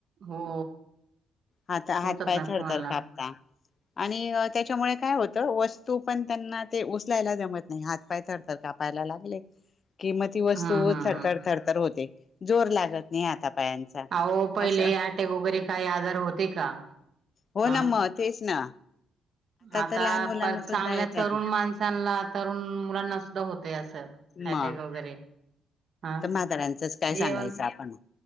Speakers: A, on the right (about 55°); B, on the left (about 45°).
A: हो
B: हात
A: होतात
B: हात पाय
A: ना
B: थरथर
A: कुणाला
B: कापता आणि त्याच्यामुळे काय होतं वस्तू पण त्यांना ते उचलायला जमत नाही हात पाय थरथर कापायला लागले किंमती ह वस्तू
A: हम्म हम्म
B: थरथरथरथर
A: हम्म
B: होते जोर लागत नाही आता पायांच
A: अहो पहिले
B: अस
A: अटॅक वगैरे काही आजार होते का
B: हो
A: हा
B: ना मग तेच ना
A: आता
B: तर लहान मुलांना
A: प चांगल्या
B: सुद्धा येतात
A: तरुण माणस तरुण मुलांना सुद्धा होतय असं
B: मग
A: अटॅक वगैरे हा
B: तर म्हाताारांचंच काय
A: जेवण
B: सांगायचं आपण